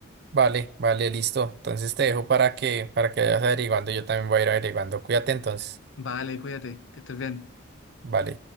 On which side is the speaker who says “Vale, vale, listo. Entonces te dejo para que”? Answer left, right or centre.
Right